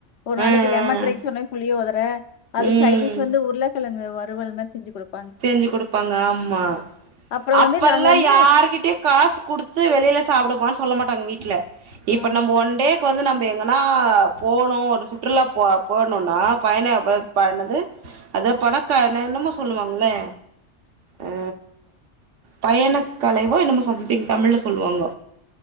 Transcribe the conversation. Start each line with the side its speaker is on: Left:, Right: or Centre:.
Left: ஒரு நாளைக்கி
Right: ஆ ஆ
Left: லெமன் ரைஸ் ஒரு நாளைக்கி புளியோதர அதுக்கு
Right: ம்
Left: சைடிஸ் வந்து உருளக்கெழங் வருவல் மாரி செஞ்சி குடுப்
Right: செஞ்சி குடுப்பாங்க ஆமா
Left: அப்புறம்
Right: அப்பெல்லா
Left: வந்து நாங்க வந்து
Right: யார் கிட்டேயும் காசு குடுத்து வெளியில சாப்பிடப்பானு சொல்ல மாட்டாங்க வீட்ல இப்ப
Left: ஆ
Right: நம்ம ஒன் டேக்கு வந்து நம்ம எங்கனா போணு ஒரு சுற்றுலா போ போணுன்னா பையன பனது அத பணக்க என்ன என்னமோ சொல்லுவாங்களே அ பயணக்கலைவோ என்னமோ சம்திங் தமிழ்ல சொல்லுவாங்க